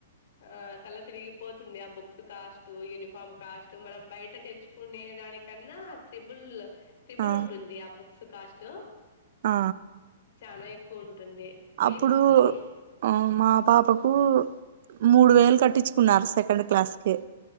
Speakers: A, on the left; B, on the right.
A: ఆ తల తిరిగిపోతుంది ఆ బుక్స్ కాస్ట్ యూనిఫామ్ కాస్ట్ మనం బయట తెచ్చుకునే దానికన్నా త్రిబుల్ త్రిబుల్
B: ఆ
A: ఉంటుంది ఆ బుక్స్ కాస్ట్
B: ఆ
A: చానా ఎక్కువ ఉంటుంది మీ
B: అప్పుడు
A: పాపకి
B: ఆ మా పాపకు మూడు వేలు కట్టించుకున్నారు స్ సెకండ్ క్లాస్ కే